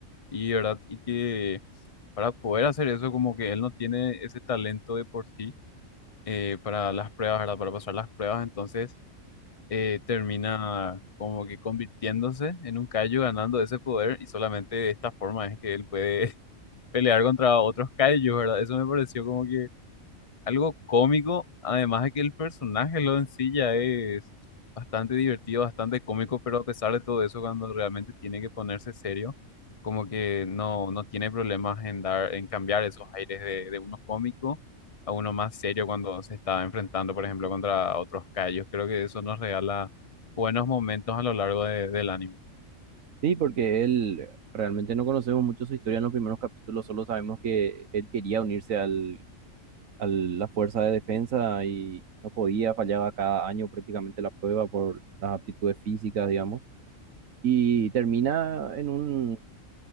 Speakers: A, on the left; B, on the right.
A: Y, ¿verdad? Y que para poder hacer eso, como que él no tiene ese talento de por sí eh, para las pruebas, ¿verdad? Para pasar las pruebas, entonces eh, termina como que convirtiéndose en un Kaiju, ganando ese poder, y solamente de esta forma es que él puede <laughs> pelear contra otros Kaijus, ¿verdad? Eso me pareció como que algo cómico, además de que el personaje lo en sí ya es bastante divertido, bastante cómico, pero a pesar de todo eso, cuando realmente tiene que ponerse serio, como que no, no tiene problemas en dar, en cambiar esos aires de, de uno cómico a uno más serio cuando se está enfrentando, por ejemplo, contra otros callos. Creo que eso nos regala buenos momentos a lo largo de- del anime.
B: Sí, porque él realmente no conocemos mucho su historia en los primeros capítulos, solo sabemos que él quería unirse al, a la Fuerza de Defensa y no podía, fallaba cada año prácticamente la prueba por las aptitudes físicas, digamos. y termina en un